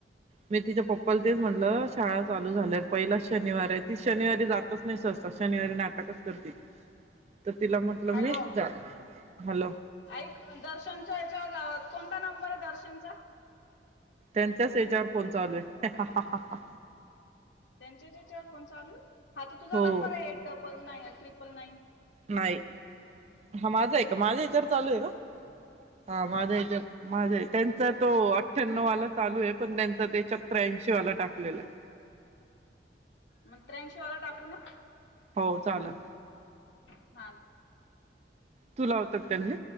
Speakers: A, on the right; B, on the left.
A: मी तिच्या पप्पाला
B: हम्म
A: तेच म्हटलं शाळा चालू झाल्या पहिलाच शनिवार आहेत शनिवारी जातच नाही सहसा शनिवारी नाटकच करती ती तर तिला म्हटलं
B: हॅलो
A: मी जा हॅलो
B: ऐक दर्शनचा वर हेच्याच्यावर कोणता नंबर आहे दर्शनचा
A: त्यांच्याच हेच्यावर फोन चालू आहे
B: त्यांच्याच हे्च्यावर फोन चालू हा तर तुझा
A: हो
B: नंबर आहे eight double nine triple nine
A: नाही हा माझा आहे का माझा याच्यावर चालू आहे का हा माझच माझ त्यांचा तो अठ्ठ्याण्णववाला चालू आहे पण त्यांचा तेत्याऐंशी वाला टाक <unintelligible>
B: मग त्र्यांशीवाला टाकू ना
A: हो चालेल
B: हा
A: तू लावत त्यांनी